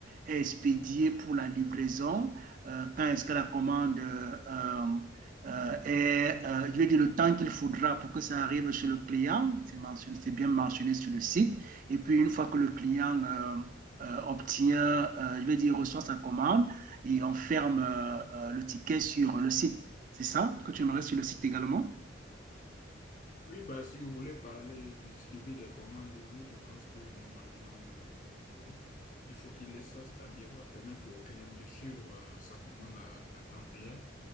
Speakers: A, on the right; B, on the left.
A: est expédiée pour la livraison, euh, quand est-ce que la commande euh, euh, est, euh, je vais dire le temps qu'il faudra pour que ça arrive chez le client, c'est, mentionné, c'est bien mentionné sur le site, et puis une fois que le client euh, euh, obtient, euh, je vais dire, reçoit sa commande et on ferme euh, euh, le ticket sur le site. C'est ça que tu aimerais sur le site également?
B: Oui, bah, si vous voulez parler du suivi des commandes, oui, je pense que normalement, oui, il faut qu'il laisse ça, c'est-à-dire euh, permettre au client de suivre euh, sa commande à, à temps réel.